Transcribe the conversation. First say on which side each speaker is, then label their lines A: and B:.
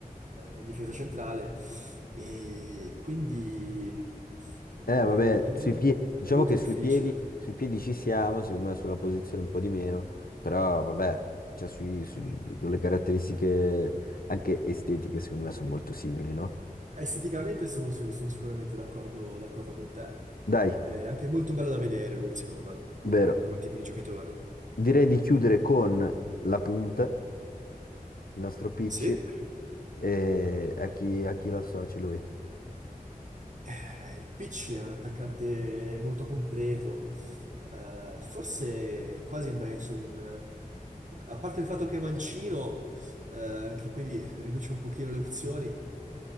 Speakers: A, on the right; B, on the left.
A: in difesa centrale. E quindi, e
B: Eh,
A: quindi
B: vabbè,
A: non-
B: sui
A: non-
B: piedi, diciamo
A: è molto
B: che
A: difficile.
B: sui piedi, sui piedi ci siamo, secondo me sulla posizione un po' di meno, però vabbè, cioè sui- sul- sulle caratteristiche anche estetiche, secondo me sono molto simili, no?
A: Esteticamente sono, sì, sono sicuramente d'accordo d'accordo con te.
B: Dai,
A: È anche molto bello da vedere lui, secondo me, come
B: vero.
A: come tipo di giocatore.
B: Direi di chiudere con la punta, il nostro Picci,
A: Sì.
B: e a chi, a chi lo associ lui.
A: Eh, il PC è un attaccante molto completo. Eh, forse quasi andrei su un... A parte il fatto che è mancino, eh, che quindi riduce un pochino le opzioni, eh,